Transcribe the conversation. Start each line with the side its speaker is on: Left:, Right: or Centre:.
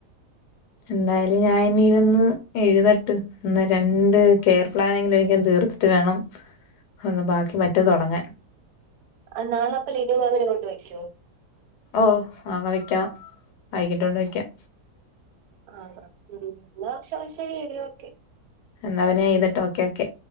Left: എന്തായാലും ഞാൻ ഇനിയിരുന്ന് എഴുതട്ട് ഇന്ന് രണ്ട് കെയർ പ്ലാനെങ്കില എനിക്ക തീർത്ത ട്ട് വേണം ഒന്ന് ബാക്കി മറ്റത് തുടങ്ങാൻ
Right: ആനാളെപ്പല ഇനവവനെ കൊണ്ട് വെക്കോ.
Left: ഓ നാളെ വെക്കാം വൈകിട്ട കൊണ്ട് വെക്കാം
Right: ആ ഹ് ഉ എന്ന പക്ഷോ ശരി എടിയ ക്കെ
Left: എന്ന പിന്നെ എയ്തട്ട് ഓക്കെ ഓക്കെ